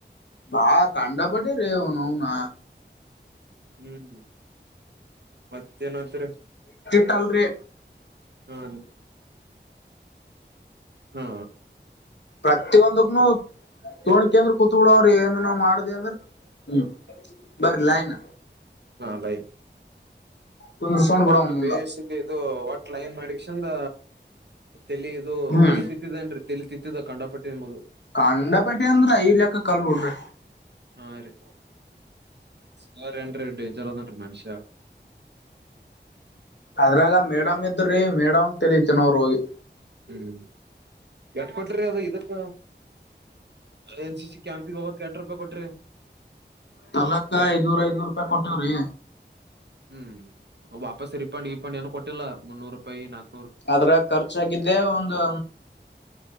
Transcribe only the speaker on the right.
ಹ್ಮ್ ಮತ್ತೇನಾದ
ಹ್ಮ ಹಾ
ಹಾದೈ
ಒಟ್ಟು
ಬೇಸಿಗೆ ಇದು ಒಟ್ಟ ಕ್ಲೈಮ್ ಮಾಡಕ್ ಚಂದ ತಲಿ ಇದು
ತಲಿ ಸಿತ್ತಿದೇನ್ರಿ ತಿಳತಿತ್ತಿದ್ದ ಕಂಡ ಪಟ್ಟಿನ ಮದು
ಹಾ ರೀ ಸ ರನ್ಟ ಚಲೋ ನಟ ಮನುಷಾ
ಹ್ಮ್ ಎಟ್ ಕೊಟ್ರಿ ಅದು ಇದಕ್ಕ ಎನ್ ಸಿ ಸಿ ಕ್ಯಾಂಪಿಂಗ್ ಹೋಗ ಕೆ್ಯಾಟ್ರಪ್ಪ ಕೊಟ್ರೆ
ಹ್ಮ್ ವಾಪಸ್ ರಿಫಂಡ್ ಇಫಂಡ್ ಏನು ಕೊಟ್ಟಿಲ್ಲ ಮುನ್ನೂರು ರೂಪಾಯಿ ನಾಕ